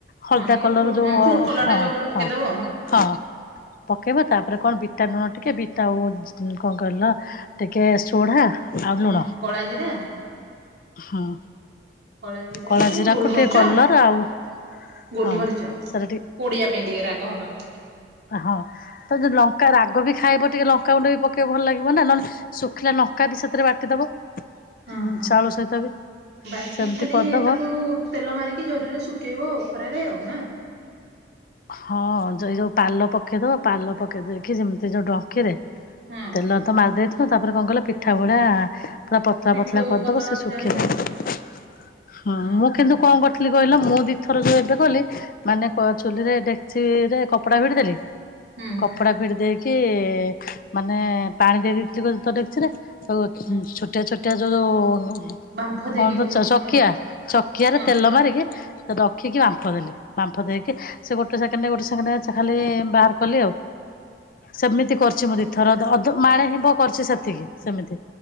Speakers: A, on the left (about 50°); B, on the right (about 65°).
A: ହଳଦା
B: ହଁ ଟିକେ
A: କଲର
B: ଫ୍ରୁ
A: ଯୋଉ
B: ହଁ ଫ୍ରୁଟ୍ କଲର
A: ହଁ
B: ଟା ଯୋଉ ଗୋଟେ ପକେଇଦବ
A: ହଁ ହଁ। ପକେଇବ ତାପରେ କଣ ବିଟାଲୁଣ ଟିକେ ବିଟା କଣ କହିଲ ଟିକେ ସୋଢା ଆଉ
B: ହଁ
A: ଲୁଣ
B: କଳା ଜିରା
A: ହୁଁ।
B: କଳା ଜିରା
A: କଳାଜିରା
B: ଟିକେ ଗୋଲମରିଚ
A: କୁ ଟିକେ କଲର ଆଉ
B: ଗୋଲମରିଚ
A: ହଁ। ସେରାଟି
B: ପୋଡିବା ପାଇଁ ଟିକେ ରାଗ ହବା ପାଇଁ
A: ହଁ। ତ ଯି ଲଙ୍କା ରାଗ ବି ଖାଇବ ଟିକେ ଲଙ୍କାଉଣ୍ଡ ବି ପକେଇବ ଭଲ ଲାଗିବ ନା ନହଲେ ଶୁଖିଲା ନଙ୍କା ବି ସେଥିରେ ବାଟିଦବ।
B: ହଁ
A: ଉଁ
B: ହଁ।
A: ଚାଉଳ ସହିତ ବି
B: ବାଟି
A: ସେମତି
B: ଖାଲି
A: କରିଦବ
B: ତାକୁ ତେଲ ମାରିକି ଜରିରେ ଶୁକେଇବ ଆଉ ଖରାରେ ଆଉ ନା।
A: ହଁ ଯଇ ଯୋଉ ପାଲ ପକେଇଦବ ପାଲ ପକେଇ ଦେଇକି ଯେମିତି ଯୋଉ ଡଙ୍କିରେ
B: ହଁ
A: ତେଲ ତ ମାର ଦେଇଥି ବ ତାପରେ କଣ କହିଲ
B: ସେଟା
A: ପିଠା ଭଳା ପୁରା ପତଲା
B: ପିଠଉ
A: ପତଲା କରିଦବ
B: ପତଳା
A: ସେ
B: ଓଜାଡିବ
A: ଶୁଖେଇଦ ହଁ
B: ହୁଁ
A: ମୁଁ
B: ହୁଁ
A: କିନ୍ତୁ କଣ କରଥିଲି କହିଲ ମୁଁ ଦି ଥର ଯୋଉ ଏବେ କଲି ମାନେ କ ଚୁଲିରେ ଡେକ୍ଚି ରେ କପଡା ଭିଡି ଦେଲି
B: ହୁଁ
A: କପଡା ଭିଡି ଦେଇକି ମାନେ ପାଣି ଦେଇ ଦେଇେଇଥିଲି ବହୁତ୍ ଡେକିଚିରେ ଆଉ
B: ହୁଁ
A: ଛୋଟିଆ ଛୋଟିଆ ଯୋଉ ଯୋଉ
B: ବାମ୍ଫ
A: କଣ
B: ଦେଇକି
A: ଦଉଚ
B: କଲ ଯେମିତି
A: ଚକିଆ
B: ଆଉ
A: ଚକିଆରେ
B: ହଁ
A: ତେଲ ମାରିକି ରଖିକି ବାମ୍ଫ ଦେଲି ବାମ୍ଫ ଦେଇକି ସେ ଗୋଟେ ସେକେଣ୍ଡେ ଗୋଟେ ସେକେଣ୍ଡେ ଖାଲି ବାହାର କଲି ଆଉ। ସେମିତି କରିଛି ମୁଁ ଦି ଥର ଅଧେ ମାଣେ ହବ କରିଛି ସେତିକି। ସେମିତି